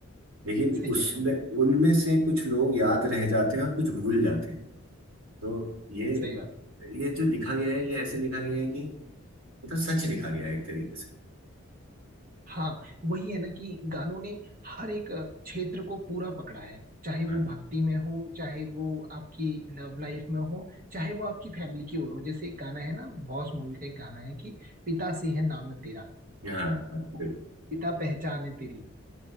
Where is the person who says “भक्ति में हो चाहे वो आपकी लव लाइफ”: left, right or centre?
Right